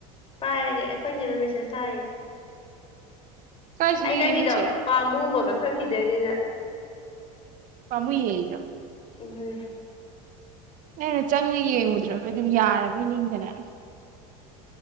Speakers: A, on the left; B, on the right.
A: ꯄꯥꯏꯔꯒꯦ ꯑꯩꯈꯣꯏꯁ ꯅꯨꯃꯤꯠꯁꯤꯦ ꯁꯔꯤꯒꯦ
B: ꯀꯥꯏ ꯆꯨꯒꯤꯒꯦ
A: ꯑꯩ ꯅꯪꯒꯤꯗꯣ
B: ꯅꯣꯏ ꯆꯦ
A: ꯄꯥꯝꯃꯨꯕ ꯀꯛꯈꯛꯈꯤꯗꯣꯏꯅꯤꯅ
B: ꯄꯃꯨꯦꯔ
A: ꯑꯗꯨ
B: ꯅꯩꯅ ꯆꯪꯉ ꯌꯦꯡꯉꯨꯗ꯭ꯔꯕ ꯑꯗꯨꯝ ꯌꯥꯔꯕꯣꯏ ꯅꯤꯡꯗꯅ